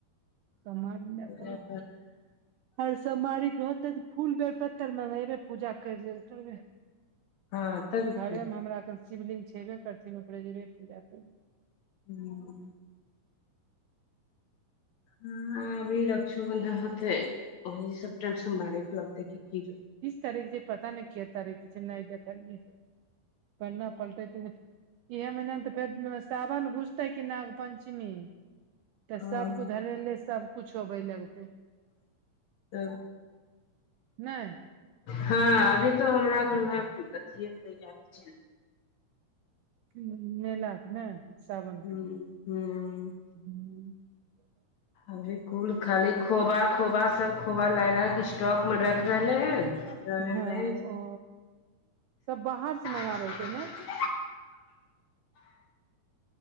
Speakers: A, on the right; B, on the left.
A: समाज ने
B: पूजा
A: करे छी
B: पाठ
A: हर सोमवारी के होते त फूल बेल पत्तर मंगेबे पूजा कर लेल करबै
B: हँ तब
A: घरेमे
B: की
A: हमरा कन शिवलिंगग छेबे करथिन ओकरे जेबे पूजा कर
B: <inaudible> हँ अभी रक्ष बन्धन होतै ओहि सबटा सोमबारे क लगतै क की लग
A: तारिख छै पता नय के तारिख छै नय देखलिए पन्ना पलटे थिन इएहे महीना ने तऽ फेर सावन घुसतै की नाग पंचमी तऽ
B: ह
A: सबक धरने सब कुछु होबे लगतै
B: <inaudible>
A: नहि
B: हँ अभी तो हमरा सभहक अथिए क तैयारी
A: ह मेलाके ने सावनके
B: हूँ हूँ
A: हू <unintelligible>
B: अभे कुल खाली खोबा खोबा सब खोबा लाय स्टॉक में राख रहले है
A: हँ ओ सब बाहर से मंगाबै
B: <unintelligible>
A: हेतै ने